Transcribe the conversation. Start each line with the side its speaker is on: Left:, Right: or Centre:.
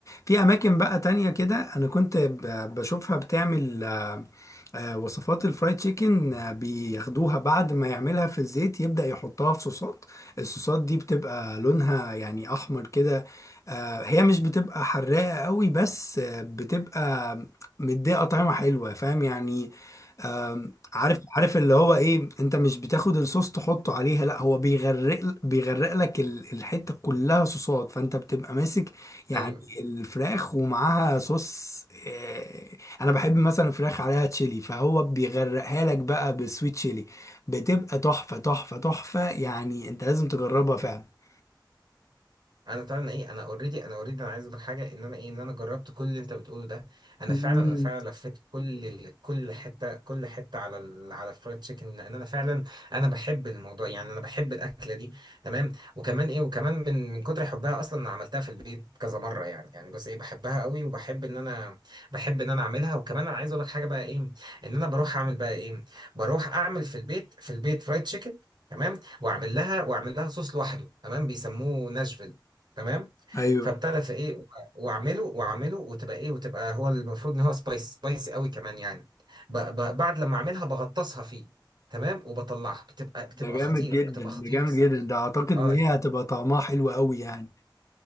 Left: في أماكن بقى تانية كده أنا كنت ب- بشوفها بتعمل آه، وصفات الفرايد تشيكن آه، بياخدوها بعد ما يعملها في الزيت يبدأ يحطها في صوصات الصوصات دي بتبقى لونها يعني أحمر كده آه، هي مش بتبقى حراقة قوي بس آه، بتبقى مدية طعمة حلوة فاهم يعني آم، عارف عارف اللي هو ايه انت مش بتاخد الصوص تحطه عليها لا هو بيغرق بيغرق لك ال- الحتة كلها صوصات فانت بتبقى ماسك يعني
Right: امم
Left: الفراخ ومعاها صوص آه، انا بحب مثلا فراخ عليها تشيلي فهو بيغرقها لك بقى بالسويت تشيلي بتبقى تحفة تحفة تحفة يعني انت لازم تجربها فعلا
Right: انا طبعا ايه انا اوريدي انا اوريدي انا عايز اقول حاجه ان انا ايه ان انا جربت كل اللي انت بتقوله ده انا
Left: مم.
Right: فعلا انا فعلا لفيت كل ال- كل حته كل حته على ال... على الفرايد تشيكن لان انا فعلا انا بحب الموضوع يعني انا بحب الاكله دي تمام وكمان ايه وكمان من من كتر حبها اصلا انا عملتها في البيت كذا مره يعني يعني بس ايه بحبها قوي وبحب ان انا بحب ان انا اعملها وكمان انا عايز اقول لك حاجه بقى ايه ان انا بروح اعمل بقى ايه بروح اعمل في البيت في البيت فرايد تشيكن تمام واعمل لها واعمل لها صوص لوحده تمام بيسموه ناشفيل تمام
Left: ايوه
Right: فابتدى في ايه و- واعمله واعمله وتبقى ايه وتبقى هو المفروض ان هو سبايس سبايس قوي كمان يعني ب ب بعد لما اعملها بغطسها فيه تمام وبطلعها بتبقى بتبقى
Left: ده جامد
Right: خطيره
Left: جدا
Right: بتبقى
Left: ده
Right: خطيره
Left: جامد
Right: الصراحه
Left: جدا ده اعتقد
Right: اه
Left: ان هي
Right: يعني
Left: هتبقى طعمها حلو قوي يعني